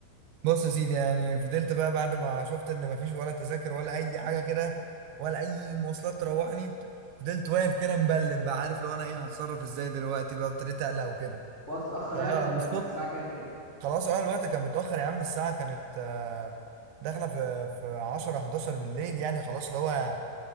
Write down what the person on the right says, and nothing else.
بص يا سيدي يعني فضلت بقى بعد ما شفت ان مفيش ولا تذاكر ولا اي حاجه كده ولا اي مواصلات تروحني فضلت واقف كده مبلم بقى عارف لو انا ايه هتصرف ازاي دلوقتي بقى ابتديت اقلق وكده
فبالصدفه
خلاص اه الوقت كان متاخر يا عم الساعه كانت آه، داخله في في 10 11 بالليل يعني خلاص اللي هو